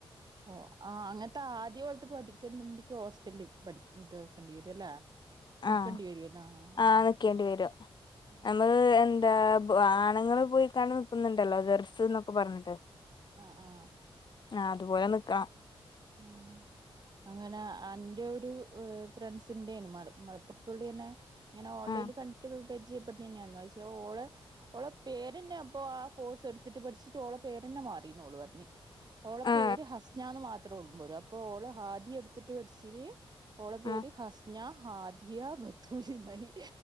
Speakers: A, on the right (about 45°); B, on the left (about 50°).
A: ഓ ആഹ അങ്ങനത്തെ ആദ്യ പോലത്തെ പഠിക്കുന്നുണ്ടക്ക് ഹോസ്റ്റലിൽ പഠി ഇത്ക്കേണ്ടി വരും അല്ലേ നക്കേണ്ടി
B: ആ
A: വരുല്ലാ ആഹ
B: ആ
A: ആഹ
B: നിക്കേണ്ടി വരൂം
A: ആഹ
B: നമ്മള് എന്താ ആണ്ങ്ങൾ പോയിക്കാണ്ട് നിക്കുന്നുണ്ടല്ലോ ദെർസ് എന്നൊക്കെ പറഞ്ഞിട്ട്
A: ആഹ ആഹ
B: ആ അതുപോലെ
A: പി
B: നിക്കണം
A: ഉം അങ്ങനെ അന്റെ ഒരു ഫ്രണ്ട്സ് ഉണ്ടെന്നും മല മലപ്പുറത്തുള്ള തന്നെ ഇങ്ങനെ ഓൺലൈനിൽ
B: ആ
A: കണ്ടിട്ട് പരിചയപ്പെട്ടുതേനി പക്ഷേ ഓള് ഓളെ പേരന്നെ അപ്പൊ ആ കോഴ്സ് എടുത്തിട്ട് പഠിച്ചിട്ട് ഓളെ പേരന്നെ മാറി അയിന് ഓള് പറഞ്ഞ് ഓളെ
B: ആ
A: പേര് ഹസ്നാന്ന് മാ ഇത്ര ഒള്ളുമ്പോലോ അപ്പൊ ഓള് ഹാദി എടുത്തിട്ട് പഠിച്ചില് അപ്പോ ഓളെ പേര്
B: ആ
A: ഹസന ഹാദിയ ബത്തൂരി ഇന്നായി